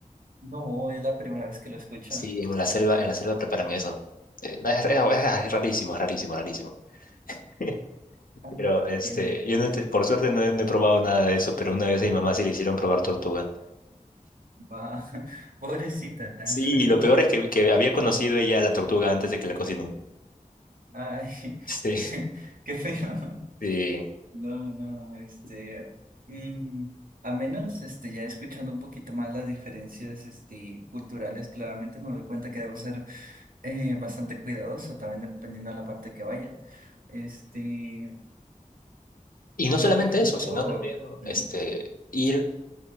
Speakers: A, on the right; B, on the left.
A: No, es la primera vez que lo escucho.
B: Sí, en la selva, en la selva preparan eso. Eh, no, es, es- ah, es rarísimo, es rarísimo, rarísimo. <laughs>
A: Ah,
B: Pero este,
A: Entiendo.
B: yo no te- por suerte no he, no he probado nada de eso, pero una vez a mi mamá sí le hicieron probar tortuga.
A: Va, <laughs> pobrecita.
B: Sí, y lo
A: <laughs>
B: peor es que, que había conocido ella la tortuga antes de que la cocinen.
A: Ay,
B: <laughs>
A: qué,
B: Sí,
A: qué feo.
B: sí.
A: No, no, este, mm, a menos, este, ya escuchando un poquito más las diferencias, este, culturales, claramente me doy cuenta que debo ser eh, bastante cuidadoso también dependiendo de la parte que vaya. Este,
B: Y no
A: yo,
B: solamente
A: por ejemplo,
B: eso, sino también
A: mm,
B: este, ir.